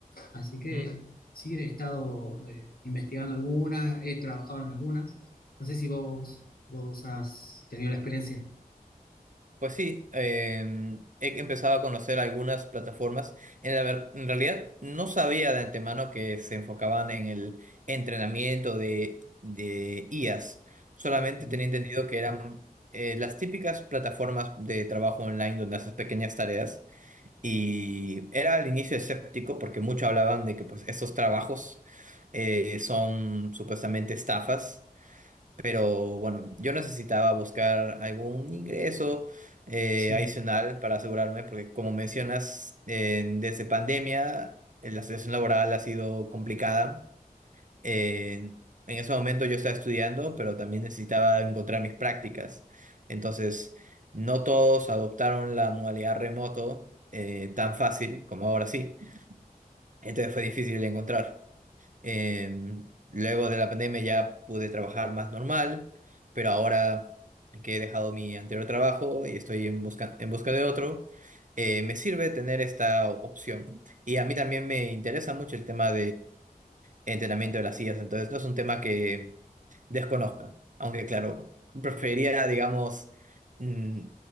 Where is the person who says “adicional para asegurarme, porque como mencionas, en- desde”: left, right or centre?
Right